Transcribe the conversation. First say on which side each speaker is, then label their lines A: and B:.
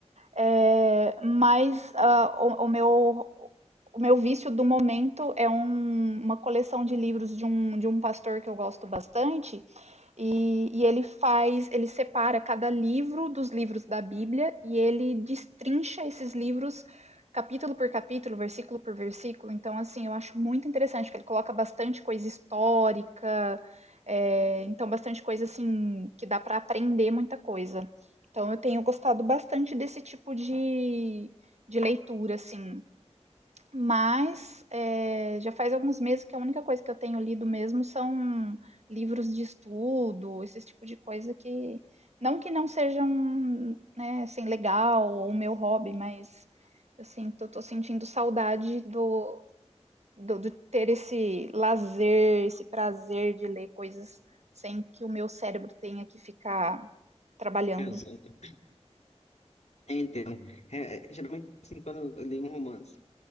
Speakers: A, on the right (about 70°); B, on the left (about 70°).
A: É, mas ah, o, o meu, o meu vício do momento é um- uma coleção de livros de um, de um pastor que eu gosto bastante. E, e ele faz, ele separa cada livro dos livros da Bíblia e ele destrincha esses livros capítulo por capítulo, versículo por versículo. Então, assim, eu acho muito interessante que ele coloca bastante coisa histórica, é, então bastante coisa assim que dá para aprender muita coisa. Então eu tenho gostado bastante desse tipo de, de leitura, assim. Mas é, já faz alguns meses que a única coisa que eu tenho lido mesmo são livros de estudo, esse tipo de coisa que. Não que não sejam, né, assim, legal ou o meu hobby, mas eu sinto, eu tô sentindo saudade do, do, do ter esse lazer, esse prazer de ler coisas sem que o meu cérebro tenha que ficar trabalhando.
B: Exato. É, entendo. É, é, geralmente assim, quando eu leio um romance,